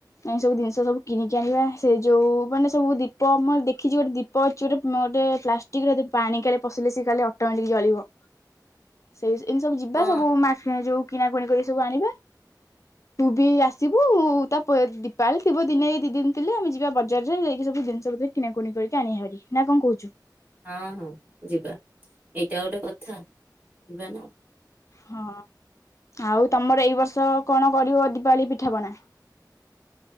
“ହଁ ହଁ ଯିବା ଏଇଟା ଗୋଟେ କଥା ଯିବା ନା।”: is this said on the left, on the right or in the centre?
Right